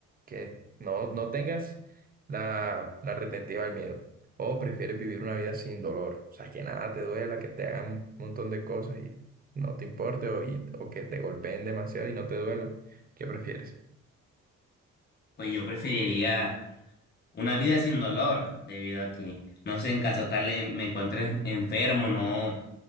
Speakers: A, on the right; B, on the left.
A: que no, no tengas la, la retentiva al miedo. O prefieres vivir una vida sin dolor, o sea, que nada te duela, que te hagan un montón de cosas y no te importe, o, y- o que te golpeen demasiado y no te duela. ¿Qué prefieres?
B: Pues yo preferiría una vida sin dolor, debido a que, no sé, en caso tal eh, me encuentre enfermo, no,